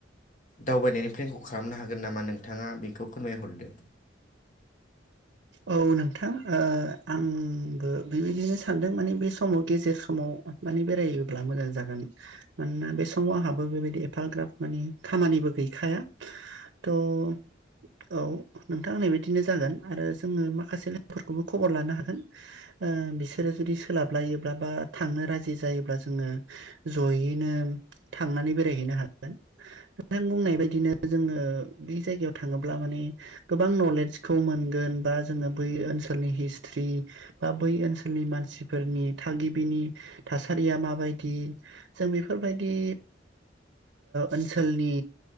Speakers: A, on the left; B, on the right.
A: दावबायनायनि प्लेनखौ खालामनो हागोन नामा नोंथांङा बेखौ फोरमायहरदो।
B: औ नोंथां ओ आंबो बेबायदिनो सानदों माने बे समाव गेजेर समाव माने बेरायोब्ला मोजां जागोन मानोना बे समाव आंहाबो बेबायदि एफाग्राब माने खामानिबो गैखाया थ' औ नोंथां होननायबायदिनो जागोन आरो जोंङो माखासे लोगोफोरखौबो खबर लानो हागोन। ओ बिसोरो जुदि सोलाबलायोब्ला बा थांनो राजि जायोब्ला जोंङो जयैनो थांनानै बेरायहैनो हागोन। नोंथां बुंनाय बायदिनो जोंङो बे जायगायाव थाङोब्ला माने गोबां नलेजखौ मोनगोन बा जोंङो बै ओनसोलनि हिसथ्रि बा बै ओनसोलनि मानसिफोरनि थागिबिनि थासारिया माबायदि जों बेफोरबायदि ओनसोलनि